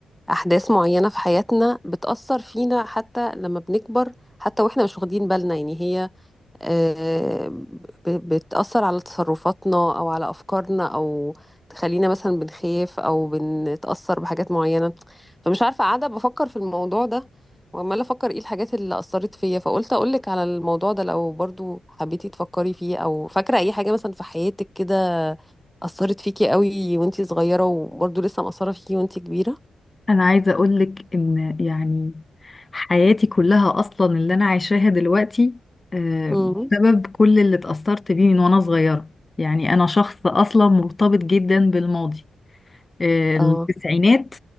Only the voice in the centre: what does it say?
احداث معينة في حياتنا بتأثر فينا حتى لما بنكبر حتى واحنا مش واخدين بالنا يعني هي آه، ب- بتأثر على تصرفاتنا أو على أفكارنا أو تخلينا مثلا بنخاف أو بنتأثر بحاجات معينة فمش عارفة قاعدة بفكر في الموضوع ده وعمالة أفكر إيه الحاجات اللي أثرت فيا فقلت أقولك على الموضوع ده لو برضو حبيتي تفكري فيه أو فاكرة أي حاجة مثلا في حياتك كده أثرت فيكي قوي وانتي صغيرة وبرضو لسه مأثرة فيكي وانتي كبيرة
مم.
اه